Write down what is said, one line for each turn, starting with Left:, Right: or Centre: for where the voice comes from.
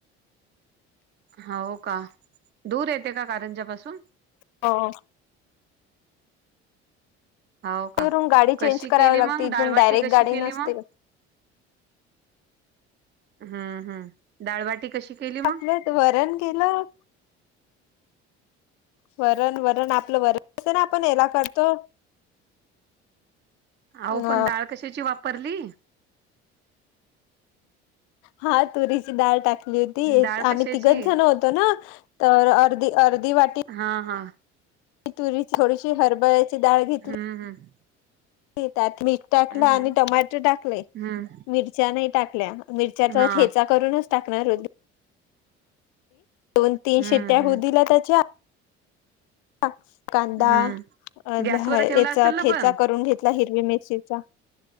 Right: हो का दूर येते का कारंजापासून
Left: ह
Right: हो का
Left: ून गाडी
Right: कशी
Left: चेंज कराववी
Right: केली
Left: लागते
Right: मग
Left: इथून
Right: डाळबाटी
Left: डायरेक्ट
Right: कशी
Left: गाडी
Right: केली
Left: नसते.
Right: मग हम्म हम् डाळबाटी कशी केली
Left: आपलं
Right: मग?
Left: वरण गेलं. वरण वरण आपलं वरण ना आपण हला करतो.
Right: अहो
Left: अ
Right: पण डाळ कशाची वापरली?
Left: हा तुरीची डाळ टाकली होती.
Right: डाळ
Left: ती
Right: कशाची
Left: आम्ही तिघच जण होतो ना तर अर्धी अर्धी वाटी
Right: हा हा
Left: तुरी थोडीशी हरभऱ्याची डाळ घेतली
Right: हम्म हम्म
Left: त्यात मीठ टाकलं
Right: हम्म
Left: आणि टमाटर टाकले
Right: हम्म हम्म.
Left: मिरच्या नाही टाकल्या मिरच्याचा
Right: हा
Left: ठेचा करूनच.. टाकणार होते. दोन तीन
Right: हम्म
Left: शिट्ट्या
Right: हम्म
Left: होऊ दिल्या त्याच्या कांदा
Right: हम्म
Left: अ याचा
Right: गॅसवर ठेवला असेल ना
Left: ठेचा
Right: पण
Left: करून घेत. हिरवी मिरचीचा